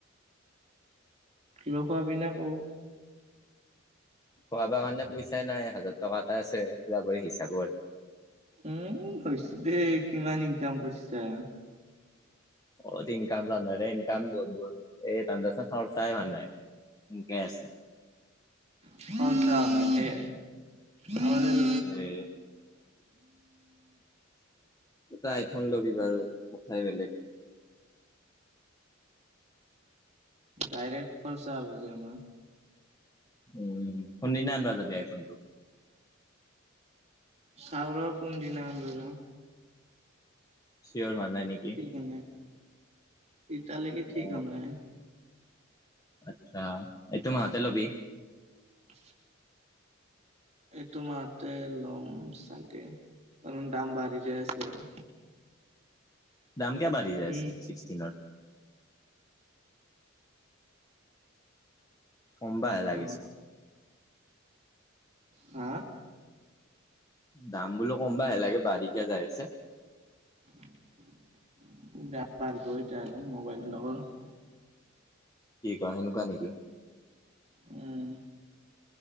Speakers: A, on the right; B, on the left.
A: কিবা খোৱা পিনা কৰোঁ।
B: খোৱাব কাৰণে পইচাই নাই, হাজাৰ টকা এটা আছে পুৰা কৰি হিচাপত।
A: উম হৈছে দেই কিমান ইনকাম কৰিছা?
B: কত ইনকাম <unintelligible> ইনকাম বহুত বহুত এ <unintelligible> খৰচাই হোৱা নাই। সেনেকাই আছে।
A: খৰচা হোৱা সেয়ে <unintelligible>
B: এ তই আইফোন ল'বি বাৰু কথাই বেলেগ।
A: ডাইৰেক্ট খৰচা হ'ব যে আমাৰ।
B: উম, কোন দিনা আনিব যাবি আইফোনটো?
A: চাওঁ ৰ কোন দিনা আনিব যাওঁ।
B: চিয়'ৰ হোৱা নাই নেকি?
A: <unintelligible> এতিয়ালৈকে ঠিক
B: অ
A: হোৱা নাই।
B: আচ্ছা এইটো মাহতে ল'বি?
A: <inaudible> এইটো মাহতে ল'ম চাগে কাৰণ দাম বাঢ়ি যায় আছে আৰু।
B: দাম কিয় বাঢ়ি যায় আছে
A: উম
B: ছিক্সটিনত। কমবাহে লাগিছে।
A: অ হা?
B: দাম বোলো কম বাই লাগে বাঢ়িকে যাই আছে।
A: <unintelligible> তাৰ মোবাইল লগৰ হব
B: কি কোৱা সেনেকুৱা নেকি?
A: উম।